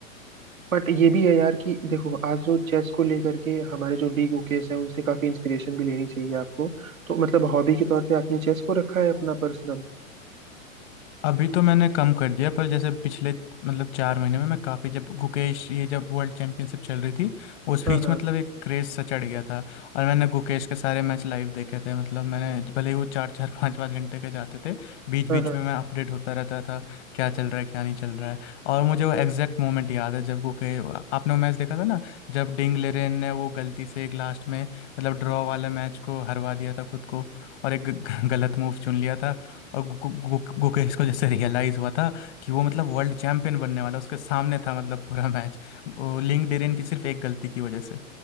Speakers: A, on the right; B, on the left.
A: बट ये भी है यार कि देखो आज जो चेस को लेकर के हमारे जो डी गुकेश हैं उनसे काफी इंस्पिरेशन भी लेनी चाहिए आपको तो मतलब हॉबी के तौर पे आपने चेस को रखा है अपना पर्सनल
B: अभी तो मैंने कम कर दिया पर जैसे पिछले मतलब चार महीने में मैं काफ़ी जब गुकेश ये जब वर्ल्ड चैंपियनशिप चल रही थी उस
A: हाँ
B: बीच
A: हाँ
B: मतलब एक क्रेज़ सा चढ़ गया था और मैंने गुकेश के सारे मैच लाइव देखे थे मतलब मैंने भले ही वो चार चार पाँच पाँच घंटे के जाते थे बीच
A: हाँ
B: बीच
A: हाँ
B: में मैं अपडेट होता रहता था क्या चल रहा है क्या नहीं चल रहा है और मुझे वो एग्जैक्ट मोमेंट याद है जब गुके आपने वो मैच देखा था ना जब डिंग लेरेन ने वो गलती से एक लास्ट में मतलब ड्रॉ वाला मैच को हरवा दिया था खुद को और एक ग- गलत मूव चुन लिया था और गु, गु, गु, गुकेश को जैसे रियलाइज हुआ था कि वो मतलब वर्ल्ड चैंपियन बनने वाला उसके सामने था मतलब पूरा मैच लिंक डेरेन की सिर्फ एक गलती की वजह से